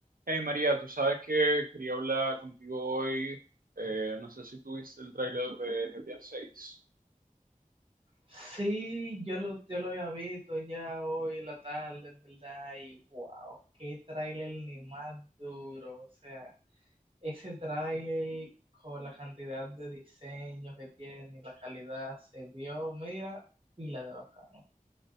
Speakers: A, on the right; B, on the right.
A: Hey María, tú sabes que quería hablar contigo hoy. eh, no sé si tuviste el tráiler de GTA 6.
B: Sí, yo lo, yo lo había visto ya hoy en la tarde, en verdad, y wow, qué tráiler ni más duro. O sea, ese tráiler con la cantidad de diseño que tiene y la calidad se vio, mira, pila de bacano.